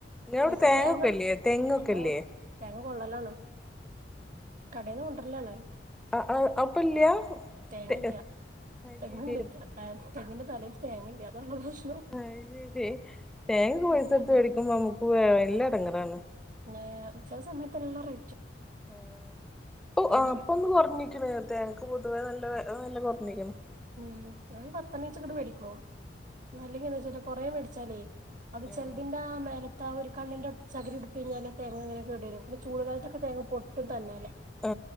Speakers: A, in the centre; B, on the right.
A: നിങ്ങളവിടെ
B: കഴിക്കു
A: തേങ്ങൊക്കെല്ലേ
B: തേങ്ങ
A: തെങ്ങൊക്കെല്ലേ
B: ആ തെങ്ങ കൊള്ളലാണ് കടൊന്ന് കൊണ്ടരലാണ്
A: ആ ആ അപ്പല്ല അത്
B: തേങ്ങല്ല തെങ്ങണ്ട്
A: ശരി അത്
B: തെ തെങ്ങിൻ്റെ തലെൽ തെങ്ങല്ലന്നോള്ളു
A: അയിന് തെ തേങ്ങേക്കെ പൈസോട്ത്ത്
B: ഒറ്റക്കയോ
A: മേടിക്കുമ്പോ നമുക്ക് നല്ലെടങ്ങറാണ്
B: പിന്നെ വച്ചാ സമയത്ത് എല്ലാം റെ
A: ഉ പ്പേ
B: ചെയ്യും
A: അപ്പൊന്ന് കോറഞ്ഞിക്ക്ണ് <unintelligible> പൊതുവേ നല്ല ആ നല്ല കെറഞ്ക്ക്ണ്
B: ഉം ഒരു പത്തണ്ണീച്ചങ്ങട്ട് വെടിക്കും അല്ലെങ്കിന്താവെച്ചൽ കൊറെേ വേടിച്ചാലേ അത്
A: ആഹ്
B: ചെലതിൻ്റാ മേലത്ത ഒരു കണ്ണിന്റെ അവുട്ത്തെ ചകിരി ഇടുത്ത് കഴിഞ്ഞാ തേങ്ങങ്ങനൊ ക്കെട് വരും പിന്നെ ചൂട് കാലത്തൊക്കെ തേങ്ങ പൊട്ടും തന്യല്ലേ
A: ആ